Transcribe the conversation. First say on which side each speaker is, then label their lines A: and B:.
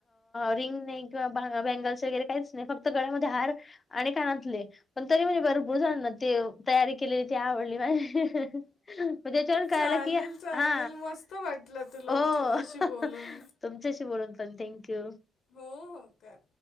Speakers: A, on the left; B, on the left.
A: रिंग नाही किं बँगल्स वगैरे काहीच नाही फक्त. गळ्यामध्ये हार आणि कानातले. पण तरी म्हणजे भरपूर जा ना ते तयारी केलेली ती आवडली माझे. मझेच्यान काला
B: चालेल
A: कि हा
B: चालेल मस्त वाटलं तुला
A: हो.
B: तुझ्याशी बोलून
A: तुमच्याशी बोलून पण थँंक्यू.
B: हो हो कर.